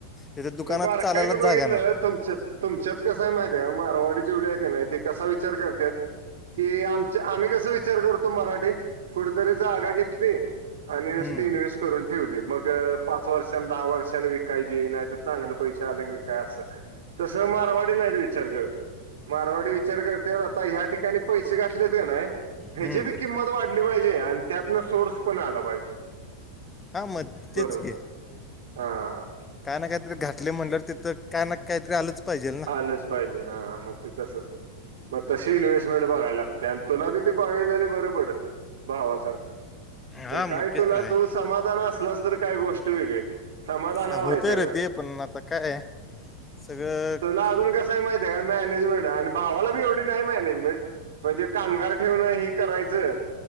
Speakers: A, on the left; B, on the right.
A: इथं दुकानात
B: मी बार
A: चालायला
B: काय ना बघितलं
A: जागा नाही
B: तुमच्यात. तुमच्यात कसं आहे माहितय का मारवाडी जेवढ्या आहे की नाही ते कसा विचार करत्यात ते आमच आम्ही कसं विच विचार करतो मराठी कुठे तरी जागा घेतली आणि नुसती
A: हम्म,
B: इन्व्हेस्ट करून ठेवू मग पाच वर्षां दहा वर्षानी विकायची नाही तर चांगलं पैशे आले की विका असं तसं मारवाडी नाही विचार करत. मारवाडी विचार करते आता ह्या ठिकाणी पैसे घातलेत क नाय ह्याची
A: हम्म.
B: बी किंमत वाढली पाहिजे आणि त्यातनं सोर्स पण आला पाहिजे.
A: हा मग तेच
B: बरोबर
A: की
B: हा.
A: काय ना काहीतरी घातले म्हटलं तिथं काय ना काहीतरी आलंच पाहिजे ना
B: आलच पाहिजे हा मग ते तसच मग तशी इन्व्हेस्टमेंट बघायला लागते आणि तुला बी ती बघायलाली बरी पडेल भावा पण
A: हा मग
B: काय
A: ते
B: तुला
A: तर आहे
B: तू समाधान असलास तर काही गोष्ट वेगळे. समाधान
A: हा,
B: व्हाय
A: होतंय
B: सगळं.
A: रे ते पण आता काय आहे, सगळं क-
B: तुला अजून कसं आहे माहिती आहे का मॅनेजमेंट आणि भावाला बी एवढी नाही मॅनेजमेंट. म्हणजे कामगार ठेवणं हे करायचं.